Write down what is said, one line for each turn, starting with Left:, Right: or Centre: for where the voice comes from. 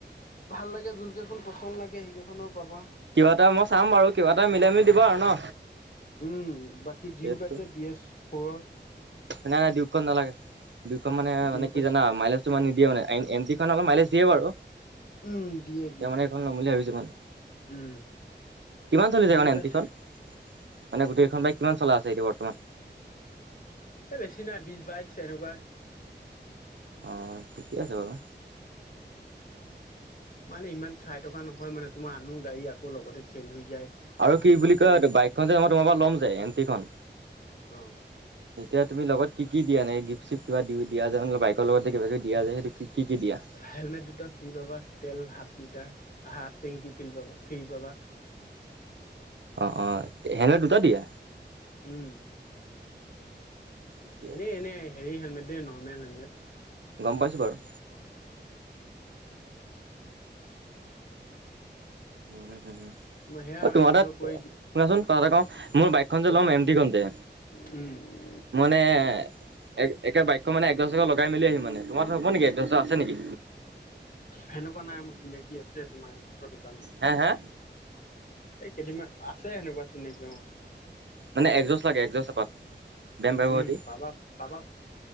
Left: ভাল লাগে যোনকেইখন পচন্দ লাগে সেইকেইখনৰ পাবা
Right: কিবা এটা মই চাম বাৰু কিবা এটা মিলাই মিলি দিব আৰু ন
Left: উম বাকী ডিউক
Right: ৰেটটো
Left: আছে বি এছ ফৰৰ
Right: নাই নাই ডিউকখন নালাগে ডিউকখন মানে
Left: ডিউক
Right: মানে কি
Left: আছে
Right: জানা মাইলেজ কিছুমান নিদিয়ে মানে এম টিখন অলপ মাইলেজ দিয়ে বাৰু
Left: উম দিয়ে
Right: এতিয়া
Left: দিয়ে
Right: মানে এইখন ল'ম বুলি ভাবিছো মানে
Left: উম
Right: কিমান চলিছে
Left: ডিউক
Right: মানে এম
Left: আছে
Right: টিখন মানে গোটেকেইখন বাইক কিমান চলা আছে এতিয়া বৰ্তমান
Left: এই বেছি নাই বিশ বাইশ এনেকোৱা
Right: অহ ঠিকে আছে বাৰু
Left: মানে ইমান চাই থকা নহয় মানে তোমাৰ আনো গাড়ী আকৌ লগতে ফেইল হৈ যায়
Right: আৰু
Left: আনো
Right: কি বুলি
Left: আকৌ
Right: কয়
Left: লগ
Right: বাইকখন যে মই তোমাৰ পৰা ল'ম যে এম টিখন
Left: অ
Right: <unintelligible> এতিয়া তুমি লগত কি কি দিয়া এনেকে গিভ চিফ কিবা দিও দিয়া যে বাইকৰ লগতে কিবা কিবি দিয়া যে সেইটো কি কি দিয়া
Left: হেলমেট দুটা ফ্ৰী পাবা তেল হাফ লিটাৰ হাফ টেংকি ফ্ৰী পাব ফ্ৰী পাবা
Right: অ অ হেলমেট দুটা দিয়া
Left: উম
Right: ঠিকে আছে
Left: এনেই এনেই হেৰি হেলমেট দেই নৰ্মেল হেলমেট।
Right: গম পাইছোঁ বাৰু উম উম উম।
Left: মই সেয়া
Right: অ
Left: আৰু
Right: তোমাৰ
Left: এনেকৈ
Right: তাত
Left: কৰি
Right: শুনাচোন কথা এটা কও মোৰ বাইকখন
Left: কোৱা
Right: যে ল'ম এম টিখন যে
Left: উম
Right: মানে এক একে বাইকখন মানে এচৌস্ত লগাই মেলি আহি মানে তোমাৰ হ'ব নেকি এচৌস্ত আছে নেকি।
Left: সেনেকুৱা নাই মোৰ চিনাকি আছে তোমাৰ দোকান,
Right: হে হে,
Left: এই কেইদিনমান আছে সেনেকুৱা চিনাকি অহ,
Right: মানে এচৌষ্ট লাগে এচৌষ্ট এপাত, বেম পাৰিব
Left: উম
Right: সতি
Left: পাবা পাবা